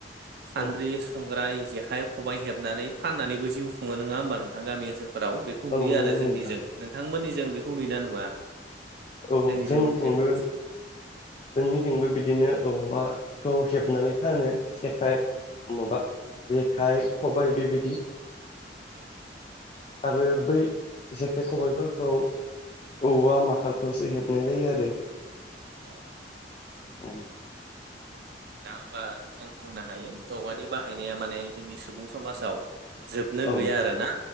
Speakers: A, on the right; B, on the left.
A: सान्द्रि
B: औ
A: संग्राय जेखाइ खबाइ हेबनानै फाननानैबो जिउ खुो नङा होमबा नोंथां गामि ओन सोलफोराव बेखौ
B: औ
A: नुयो
B: नंगौ
A: आरो
B: नोंथां
A: जोंनि जों नोंथांमोननिजों बेखौ नुयोना नुवा?
B: औ
A: जोंनिजों
B: जोंनिथिंबो
A: बेबायदि
B: जोंनिथिंबो बिदिनो औवाखौ हेबनानै फानो जेखाइ माबा जेखाइ खबाय बेबायदि
A: उम
B: आरो बै जेखाइ खबायफोरखौ औवा माखा खौसो हेबनाय जायो आरो।
A: औ
B: उम
A: दा होम्बा जों बुंनो हायो औवानि बाहायनाया माने जोंनि सुबुं समाजाव जोबनो
B: औ
A: गैया आरोना